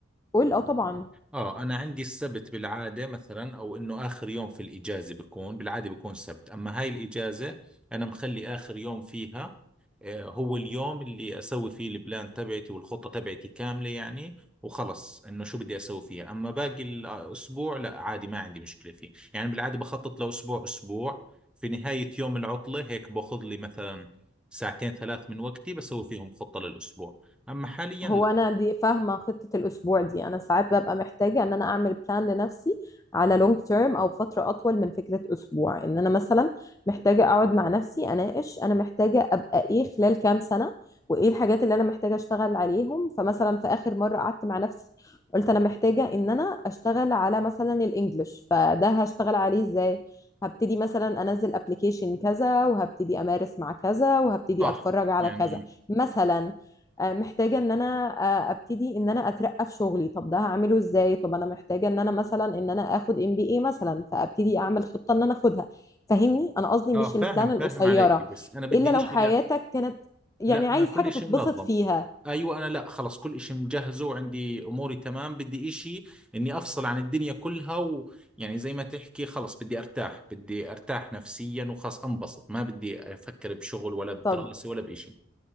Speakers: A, on the left; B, in the centre.
A: قول اه طبعا
B: اه انا عندي السبت بالعاده مثلا او انه اخر يوم في الاجازه بكون بالعاده بكون سبت اما هاي الاجازه انا مخلي اخر يوم فيها آه هو اليوم اللي اسوي فيه البلان تبعتي والخطه تبعتي كامله يعني وخلص انه شو بدي اسوي فيها اما باقي الاسبوع لا عادي ما عندي مشكله فيه يعني بالعاده بخطط لاسبوع اسبوع في نهايه يوم العطله هيك باخذ لي مثلا ساعتين ثلاث من وقتي بسوي فيهم خطه للاسبوع اما حاليا
A: هو
B: لا
A: انا دي فاهمه خطه الاسبوع دي انا ساعات ببقى محتاجه ان انا اعمل بلان لنفسي على لونج تيرم او فتره اطول من فكره اسبوع ان انا مثلا محتاجه اقعد مع نفسي اناقش انا محتاجه ابقى ايه خلال كام سنه وايه الحاجات اللي انا محتاجه اشتغل عليهم فمثلا في اخر مره قعدت مع نفسي قلت انا محتاجه ان انا اشتغل على مثلا الانجليش فده هشتغل عليه ازاي هبتدي مثلا انزل ابلكيشن كذا وهبتدي امارس مع كذا وهبتدي
B: صح
A: اتفرج على
B: يعني
A: كذا مثلا آه، محتاجة ان انا آه، ابتدي ان انا اترقى في شغلي طب ده هعمله ازاي طب انا محتاجة ان انا مثلا ان انا اخد ام بي اي مثلا فابتدي اعمل خطة ان انا اخدها فاهمني انا قصدي
B: اه
A: مش
B: فاهم
A: البلان القصيرة
B: فاهم عليك بس انا بدي
A: الا لو
B: اشي
A: حياتك
B: لا
A: كانت يعني
B: لا
A: عايز
B: انا كل
A: حاجة
B: اشي
A: تتبسط
B: منظم
A: فيها
B: ايوه انا لا خلص كل اشي مجهزه وعندي اموري تمام بدي اشي اني افصل عن الدنيا كلها ويعني زي ما تحكي خلص بدي ارتاح بدي ارتاح نفسيا وخلص انبسط ما بدي افكر بشغل ولا بدراسة
A: طب
B: ولا باشي